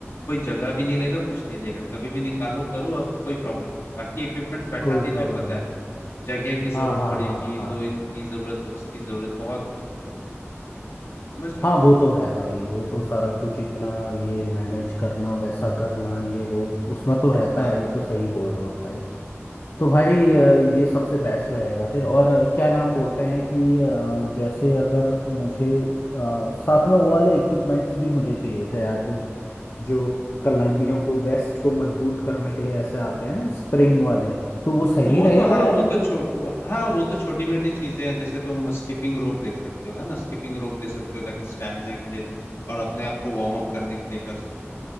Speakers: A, on the left; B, on the left.
A: कोई जगह भी नहीं लेगा कुछ नहीं लेगा कभी भी निकालो करो और कोई प्रॉब्लम नहीं है बाकी इक्विपमेंट्स बैठाते
B: कोई
A: ही
B: प्रॉब्लम
A: तुम्हें पता
B: नहीं
A: है जगह की जरूरत
B: हाँ हाँ
A: पड़ेगी
B: हाँ हाँ
A: तो इनकी जरूरत तो उसकी जरूरत बहुत कुछ है यार समझ रहे
B: हाँ
A: हो
B: वो तो है भाई वो तो सारा कुछ इतना ये मैनेज करना वैसा करना ये वो उसमें तो रहता
A: हाँ
B: है ये तो सही बोल रहे हो भाई तो भाई अ, ये सबसे बेस्ट रहेगा फिर और अ, क्या नाम बोलते हैं कि अ, जैसे अगर मुझे अ, साथ में वो वाले इक्विपमेंट्स भी मुझे चाहिए थे यार जो जो कलाइयों को वेस्ट को मजबूत करने के लिए ऐसे आते हैं ना स्प्रिंग वाले तो वो सही
A: वो
B: रहेगा
A: तो हाँ
B: या
A: वो
B: फिर
A: तो छोड़ वो, हाँ वो तो छोटी मोटी चीजें हैं जैसे तुम स्किपिंग रोप ले सकते हो है ना स्किपिंग रोप ले सकते हो ताकि स्टेमिना के लिए तुम और अपने आप को वार्म अप करने के लिए कर सको